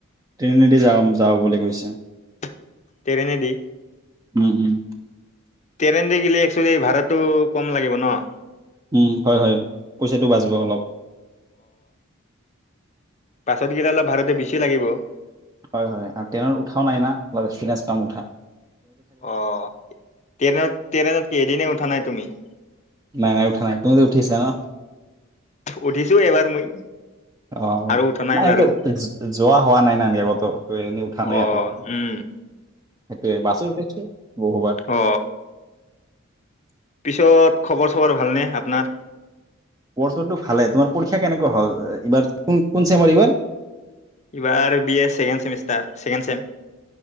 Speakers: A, on the right; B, on the left.
A: ট্ৰেইনে দি যাব যাম বুলি কৈছে।
B: ট্ৰেইনে দি
A: উম উম
B: ট্ৰেইনে তাতে গলে একচোৱেলি ভাড়াটো কম লাগিব ন?
A: উম, হয় হয়। পইচাঁটো বাছ ব অলপ।
B: পাছতকেইটা অলপ ভাড়াতে বেছি লাগিব
A: হয় হয় ট্ৰেইনত উঠাও নাই না অলপ এক্সপিৰিয়েঞ্চ পাম উঠাত
B: অঁ ট্ৰেইনত ট্ৰেইনত কেইদিনে উঠা নাই তুমি
A: নাই নাই উঠা নাই তুমিতো উঠিছা ন
B: উঠিছো এবাৰ মই
A: আহ
B: আৰু উঠা
A: নাই
B: বাৰু
A: এনেকে যোৱা হোৱা নাই নাই আগতো ত এনেই উঠা নাই
B: অ
A: আৰু
B: উম
A: সেইটোৱে বাছৰ উঠো বহুবাৰ
B: অ পিছত খবৰ চবৰ ভালনে আপোনাৰ
A: পইচাঁ টো ভালে তোমাৰ পৰীক্ষা কে কেনো হ এইবাৰ কোন কোন চেমৰ এইবাৰ
B: এইবাৰ B A second semester second sem